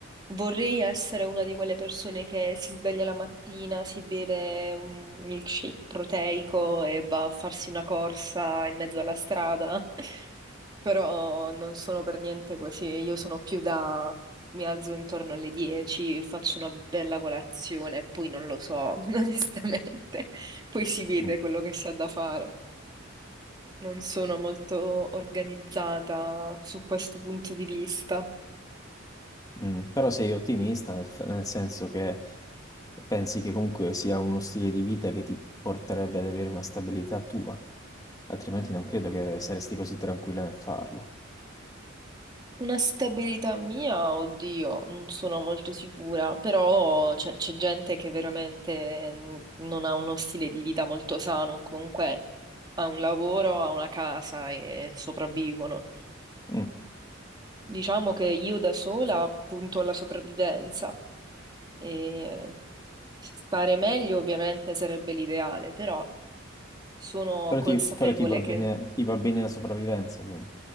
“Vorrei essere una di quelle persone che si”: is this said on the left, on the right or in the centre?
Right